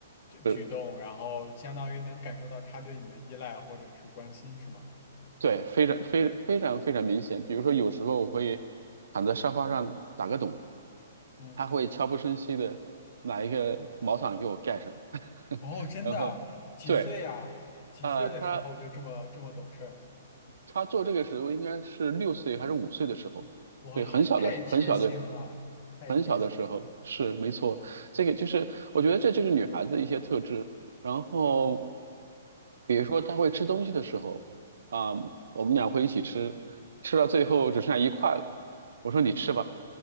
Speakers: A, on the left; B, on the right.
A: 举举动，
B: 呃，
A: 然后相当于能感受到他对你的依赖或者是关心，是吗？
B: 对，非常非非常非常明显。比如说有时候我会躺在沙发上打个盹，
A: 嗯，
B: 她会悄不声息的拿一个毛毯给我盖上，<laughs>
A: 哦，真的，
B: 然后对。
A: 几岁啊？几岁的时候就这么这么懂事儿？
B: 啊，呃他他做这个时候应该是六岁还是五岁的时候，
A: 哇，
B: 对，很小的很小的
A: 太贴心了，太贴心了。
B: 很小的时候，是没错。这个就是我觉得这就是女孩子的一些特质。然后比如说她会吃东西的时候，啊、我们俩会一起吃，吃到最后只剩下一块了，我说你吃吧，